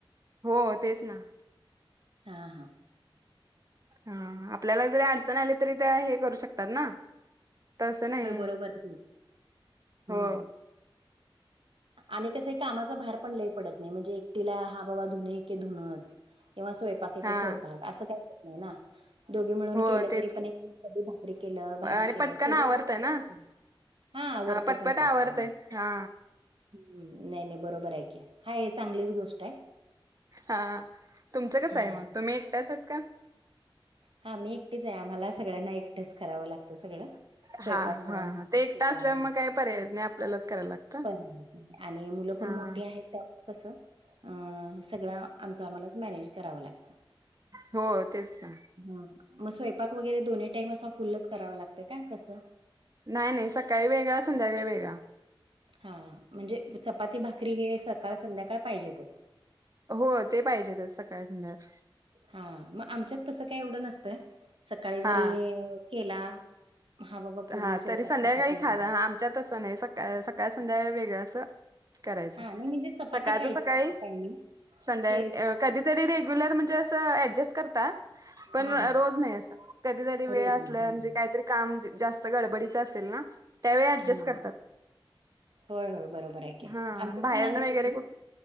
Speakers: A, on the right (about 40°); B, on the right (about 75°).
A: हो तेच ना..
B: हा हा..
A: हा आपल्याला जरी अडचण आली तरी त्या हे करू शकतात. ना तसं नाही
B: बरोबरच ये हम.
A: हो
B: आणि कस कामाचा भार पण लई पडत नाही म्हणजे एकटीला हा बाबा धुने ऐके धुनच तेव्हा स्वयंपाक ऐके
A: हा
B: स्वयंपाक असं काहीच होत नाही ना दोघी मिळून
A: हो
B: केलं
A: तेच
B: तरी पण
A: की.
B: एक कधी- भाकरी केल, भाजी
A: आणि
B: केल
A: पटकन
B: सगळं
A: आवरतय
B: केलं
A: ना
B: तरी. हा आवरते
A: पटपट
B: पण
A: आवरतय
B: पटकण.
A: हा
B: ह् नाही नाही बरोबर आहे की हा हे चांगलीच गोष्ट आहे.
A: हा तुमचं कसं आहे
B: हा
A: मग? तुम्ही एकट्याच आहेत का?
B: हा मी एकटेच आहे आम्हाला सगळ्यांना एकटेच करावं लागतं सगळं. स्वयंपाक
A: हा
B: पण
A: हा हा ते एकटा
B: किंवा
A: असल्यावर मग काही पर्यायच नाही आपल्यालाच करायला लागतं
B: पण आणि मुलं पण
A: हा
B: मोठी आहेत. त्यामुळं कसं सगळं आमचं आम्हालाच मॅनेज करावं लागतं.
A: हो तेच ना
B: हा मग स्वयंपाक वगैरे दोन्ही टाईम असा फुलच करावा लागतय काय कसं?
A: नाही नाही सकाळी वेगळा संध्याकाळी वेगळा.
B: हा म्हणजे चपाती भाकरी हे सकाळ संध्याकाळ पाहिजेतच.
A: हो ते पाहिजेत सकाळी संध्याकाळ.
B: हा मग आमच्यात तसं काय एवढं नसतं सकाळी जरी
A: हा
B: केला हा बाबा पूर्ण
A: हा
B: स्वयंपाक
A: तरी संध्याकाळी
B: चपाती वगैरे.
A: खायला आमच्यात तसं नाही सकाळ संध्याकाळी वेगळं असं. करायचं.
B: हा नाही म्हणजे चपाती
A: सकाळच
B: पाहिजे
A: सकाळी
B: टायमिंग
A: संध्या
B: के
A: कधीतरी रेग्युलर म्हणजे असं ऍडजस्ट करतात पण
B: हा हा
A: रोज नाही असं. कधीतरी वेळ
B: रोज
A: आसाल
B: नाही
A: म्हणजे काहीतरी काम जास्त गडबडीच असेल ना त्यावेळी ऍडजस्ट
B: हा
A: करतात.
B: होय होय बरोबर आहे की
A: हा
B: आमच्यात
A: बाहेर
B: पण आहे
A: न वगैरे
B: तसं.
A: कुठ